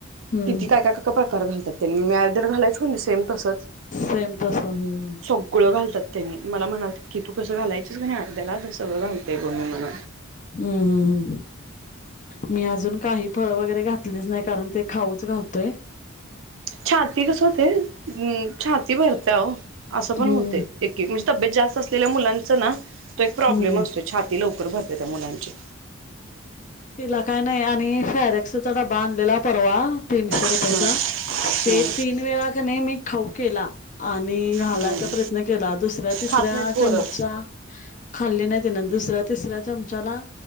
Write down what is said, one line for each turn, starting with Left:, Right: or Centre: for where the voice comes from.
Left: हम्म
Right: किती काय काय प्रकार घालतात त्यां मी आदल घालायचं सेम तसंच
Left: सेम तस हम्म. हम्म
Right: सगळं घालतात त्यांनी मला म्हणात की तू कसं घालायच अर्द्याला दसळं घालतेय कोु म म्हण
Left: हम् हम् हम् मी अजून काही फळ वगैरे घातलीच नाही कारण ते खाऊच घालतोय
Right: छाती कस होते छाती भरते हो असं पण
Left: हम्म
Right: होते एककी म्हणजे तब्येत जास्त असलेल्या मुलांचा ना तो एक प्रॉब्लेम
Left: हम्म.
Right: असतो छाती लवकर भरते त्या मुलांची
Left: तिला काय नाही आणि फॅरेक्सढ डबा आणलेला परवा तीनशे रुपयाेचा
Right: हम्म हम्म
Left: ते तीन वेळा क नाही मी खाऊ केला आणि घालायचा
Right: हम्म
Left: प्रयत्न केला दुसऱ्या तिसऱ्या
Right: खात नाहीत पोरं
Left: चमचा खाल्ली नाही तिने दुसऱ्या तिसऱ्या चमचाला